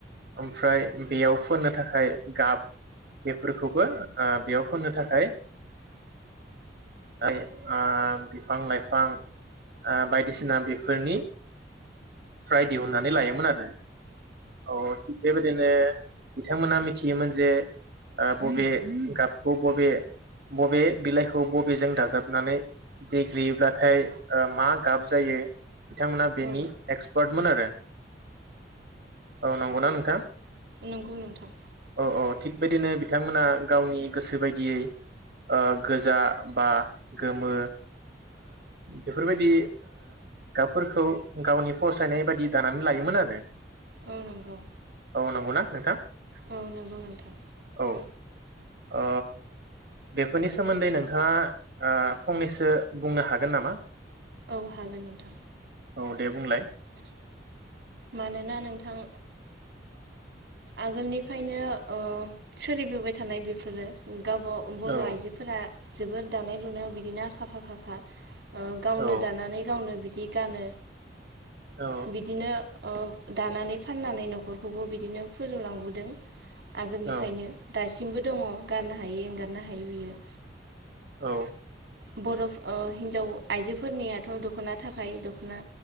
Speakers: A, on the right (about 65°); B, on the right (about 80°).
A: ओमफ्राय बेयाव फोननो थाखाय गाब बेफोरखौबो ओ बेयाव फोननो थाखाय ओ बिफां लाइफां ओ बायदिसिना बेफोरनि फ्राय दिहुनन्नानै लायोमोन आरो औ थिग बेबायदिनो बिथांमोना मिथियोमोन जे ओ बबे गाबखौ बबे बबे बिलाइखौ खौबोद बेजों दाजाबनानै देग्लेयोब्लाथाय ओ मा गाब जायो बिथांमोना बेनि
B: औ
A: एक्सपार्टमोन आरो औ नंगौना नोंथां
B: नंगौ नोंथां
A: औ औ थिग बेदिनो बिथांमोना गावनि गोसो बायदियै ओ गोज जा बा गोमो बेफोरबायदि गाबफोरखौ गावनि फसायनाय बाददि दानानै लायोमोन आरो
B: औ नंगौ
A: औ नंगौना नोंथां
B: औ नंगौ नोंथां
A: औ। अ बेफोरनि सोमोन्दै नों नोंथाङा ओ फंनैसो बुंनो हागोन नामा?
B: औ हागोन नोंथां
A: औ दे बुंलाय
B: मानोना नोंथां आगोलनिफ्रायनो सोलिबोबाय थानाय बेफोरो गावबाव बर'
A: औ
B: आइजोफोरा जोबोर दानाय लुनायाव बिदिनो आखा फाखा खा ओ गावनो
A: औ
B: दानानै गावनो बिदि गानो
A: औ
B: बिदिनो दानानै फाननानै नखरखौबो बिदिनो फोजौलांबोदों आगोलनिफ्रायनो
A: औ
B: दासिमबो दङ गारनो हायै एंगार हनो हायो बियो
A: औ।
B: बरफ ओ हिन्जाव। आइजोफोरनियाथ दखना थाखाय दखना